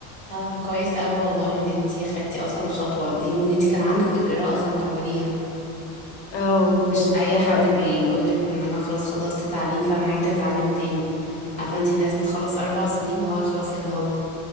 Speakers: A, on the left; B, on the left.
A: طب كويس أوي والله ان انتي خدتي اصلا الخطوة دي وان انتي كان عندك اجراء اصلا تعمليها
B: اه بجد
A: مش اي
B: حلوه
A: حد
B: قوي
A: بيقولك ان انا خلاص خلصت تعليم فانا عايزة اتعلم تاني عارفة انتي الناس بتخلص اربع سنين هو خلاص يلا هوب